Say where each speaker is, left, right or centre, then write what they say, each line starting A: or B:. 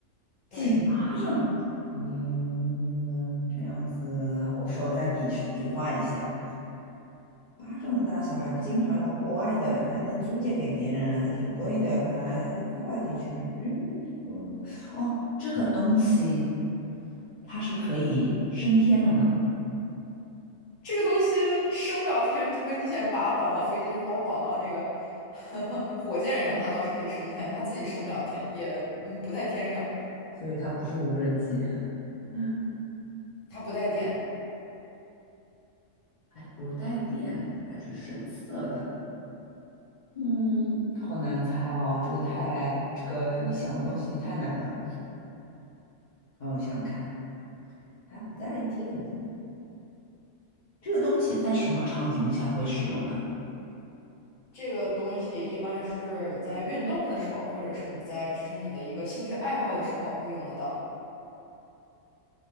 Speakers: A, on the left (about 75°); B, on the left (about 60°).
A: 对，
B: 几巴掌？嗯，这样子，我手再比比划一下。巴掌的大小还不经常用户外的，还能租借给别人，还挺贵的，还发达地区。嗯，哦，这个东西它是可以升天的嘛？
A: 这个东西升不了天，除非你想把它绑到飞机上，或绑到那个 <laughs> 火箭上，它倒是可以升天，它自己升不了天，也嗯不在天上。
B: 所以它不是无人机。嗯，
A: 它不带电。
B: 还不带电，还是深色的。嗯，好难猜哦，这个太，这个你想的东西太难了。让我想想看，还不带电的。这个东西在什么场景下会使用呢？
A: 这个东西一般是你在运动的时候，或者是你在执行你的一个兴趣爱好的时候会用得到。